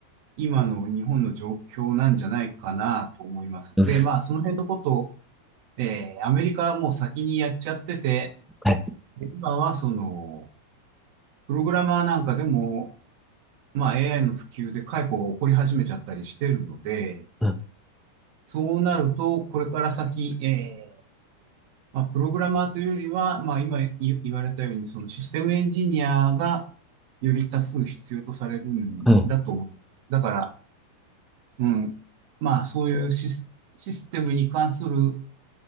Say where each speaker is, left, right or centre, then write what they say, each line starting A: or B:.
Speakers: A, on the right; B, in the centre.
A: 今の日本の状況なんじゃないかなと思います。
B: んです。
A: で、まあ、その辺のことを、えーアメリカはもう先にやっちゃってて、
B: はい。
A: で今はその、プログラマーなんかでも、まあ、AI の普及で解雇が起こり始めちゃったりしてるので、
B: あ
A: そうなると、これから先、えーまあ、プログラマーというよりは、まあ、今い言われたように、そのシステムエンジニアがより多数必要とされるんだと。
B: はい。
A: だから、うん。まあ、そういうシス、システムに関する思